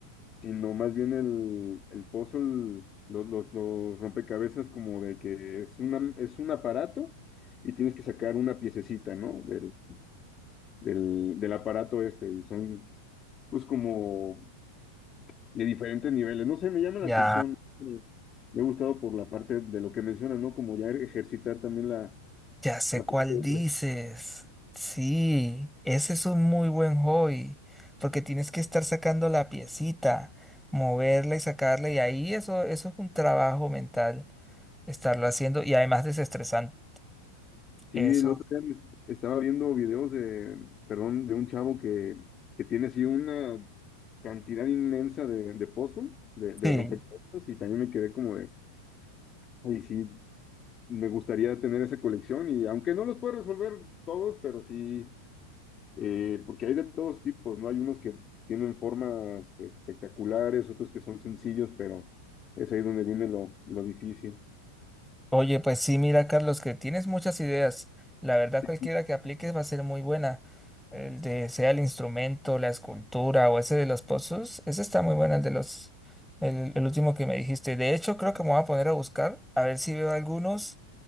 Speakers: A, on the left; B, in the centre.
A: sino más bien el, el puzzle, los, los, los rompecabezas como de que es una, es un aparato y tienes que sacar una piececita, ¿no? Del, del, del aparato este, y son pues como de diferentes niveles. No sé, me llama
B: ya.
A: la atención. eh, Me ha gustado por la parte de lo que mencionas, ¿no? Como ya ejercitar también la,
B: Ya sé
A: la...
B: cuál
A: parte
B: dices.
A: del-
B: Sí, ese es un muy buen hobby, porque tienes que estar sacando la piecita, moverla y sacarla, y ahí eso, eso es un trabajo mental, estarlo haciendo, y además desestresante.
A: Sí,
B: Eso.
A: el otro día me- estaba viendo videos de, perdón, de un chavo que, que tiene así una cantidad inmensa de, de puzzles, de, de
B: Sí.
A: rompecabezas, y también me quedé como de, ay, sí, me gustaría tener esa colección, y aunque no los puedo resolver todos, pero sí Eh, porque hay de todos tipos, ¿no? Hay unos que tienen formas espectaculares, otros que son sencillos, pero es ahí donde viene lo, lo difícil.
B: Oye, pues sí, mira, Carlos, que tienes muchas ideas. La verdad,
A: Sí,
B: cualquiera que apliques va a ser muy buena. El de sea el instrumento, la escultura o ese de los pozos, ese está muy bueno, el de los, el, el último que me dijiste. De hecho, creo que me voy a poner a buscar, a ver si veo algunos